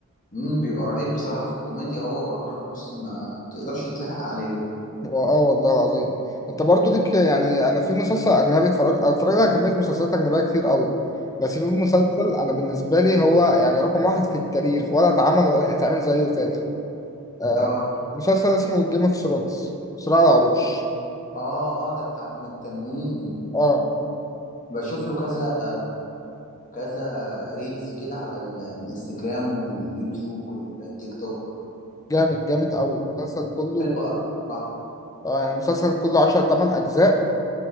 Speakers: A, on the left; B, on the left.
A: امم بيبقى رهيب بصراحة في الكوميديا هو واكرم حسني ما بتقدرش تلحق عليهم
B: اه والله العظيم انت برضه ليك يعني انا في مسلسل اجنبي اتفرج اتفرجت على كميه مسلسلات اجنبيه كتير قوي بس في مسلسل انا بالنسبه لي هو يعني رقم واحد في التاريخ ولا اتعمل ولا هيتعمل زيه تاني آه
A: اه
B: مسلسل اسمه جيم اوف ثرونز صراع العروش
A: اه اه ده بتاع ام التنين
B: اه
A: بشوف له كذا كذا ريلز كده على ال- الانستجرام واليوتيوب والتيك توك
B: جامد جامد قوي المسلسل كله
A: حلو قوي بصراحة
B: اه يعني المسلسل كله 10 8 اجزاء